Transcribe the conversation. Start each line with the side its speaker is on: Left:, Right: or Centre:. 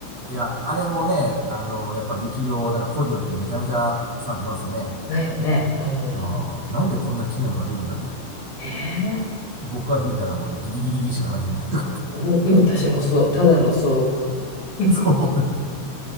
Right: いや、あれもね、あの、やっぱり力量、なんか個人によってめちゃめちゃ差出ますよね。
Left: だよね。うん。
Right: うん、なんでこんな綺麗なのが出るんだみたいな。
Left: ね
Right: 僕が弾いたらもうね、ギギギギギしかならへんのにとかって、
Left: えもう、うん私もそう。ただの騒音。
Right: <laughs>
Left: <laughs>
Right: そうです。